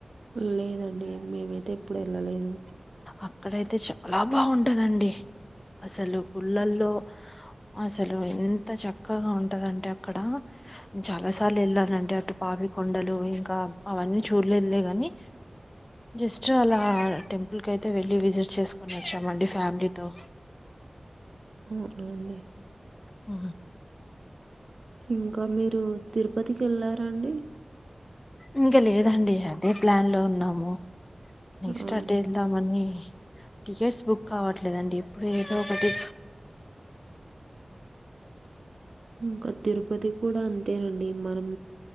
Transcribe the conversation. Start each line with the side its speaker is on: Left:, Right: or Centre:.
Right: లేదండి మేమైతే ఎప్పుడు వెళ్ళలేదు
Left: అక్కడైతే చాలా బాగుంటది అండి అసలు గుళ్లల్లో అసలు ఎంత చక్క చక్కగా ఉంటదంటే అక్కడ చాలా సార్లు వెళ్ళానండి అ అటు పాపి కొండలు ఇంకా అవన్నీ చూడలేదులే గాని జస్ట్ అలా టెంప్ ల్కి అయితే వెళ్ళి విజిట్ చేసుకుని వచ్చామండి ఫ్యామిలీతో
Right: అవునండి.
Left: ఆ
Right: ఇంకా మీరు తిరుపతికి వెళ్లారా అండి
Left: ఇంకా లేదండి అదే ప్లాన్ లో ఉన్నాము నెక్స్ట్
Right: అవునవును.
Left: అటే వెళ్దామని టికెట్స్ బుక్ కావట్లేదండి ఎప్పుడు ఏదో ఒకటి
Right: ఇంకా తిరుపతి కూడా అంతేనండి మనం